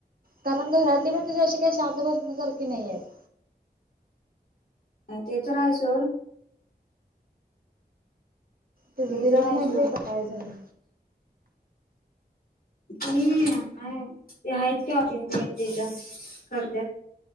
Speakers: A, on the right; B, on the left.
A: कारण घरातली पण तिच्या अशी काही शांत बसण्यासारखी नाहीयेत. <inaudible>
B: ते तर आहे सोड.
A: तिचं
B: ते
A: तिलाच
B: तर आहे
A: माहित
B: सोड
A: बई आता काय झालं?
B: हम्म काय ते आहेत की <unintelligible> करत्यात.